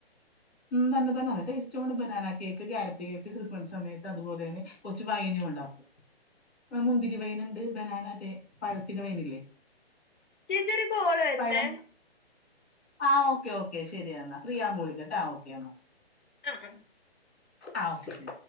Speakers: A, in the centre; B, on the left.
A: ഉം തന്നെ തന്നെ നലടേസ് ച്ചോണ് banana cake carrot cake Christmas സമയത്ത് അതുപോലെന്നെ കൊർച്ച് വൈനും ഉണ്ടാക്കും. മുന്തിരി വൈനുണ്ട് ബനാന മറ്റേ പഴത്തിന്റെ വൈനില്ലേ
B: ചേച്ചി ഒരു കോൾ വരുന്നേ
A: പഴം ആഹ് ഓക്കെ ഓക്കെ ശരിയെന്നാ ഫ്രീ ആകുമ്പോ വിളിക്കട്ട ആഹ് ഓക്കെ എന്നാ
B: ആഹ് ആഹ്
A: ആഹ് ഓക്കെക്കെ